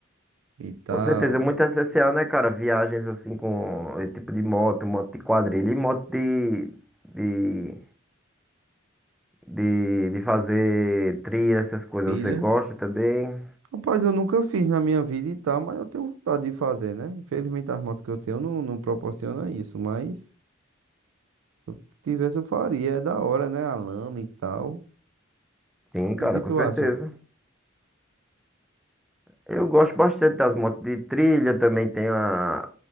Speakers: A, on the right; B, in the centre.
A: e tal.
B: Com certeza, é muito essencial, né, cara? Viagens assim com esse tipo de moto, moto de quadrilha e moto de, de, de, de fazer trilha, essas coisas.
A: Trilha.
B: Você gosta também?
A: Rapaz, eu nunca fiz na minha vida e tal, mas eu tenho vontade de fazer, né? Infelizmente, as motos que eu tenho não, não proporcionam isso, mas se eu tivesse, eu faria. É da hora, né? A lama e tal.
B: Sim, cara,
A: E o que
B: com
A: tu
B: certeza.
A: acha?
B: Eu gosto bastante das motos de trilha, também tem a,